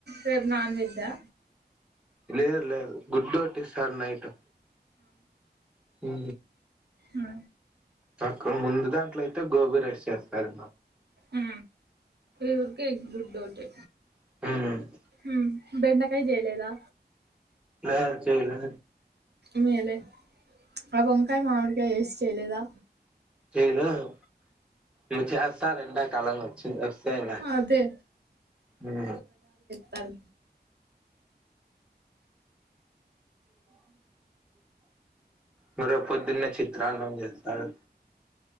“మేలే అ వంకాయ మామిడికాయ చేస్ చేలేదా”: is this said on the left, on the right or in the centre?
Right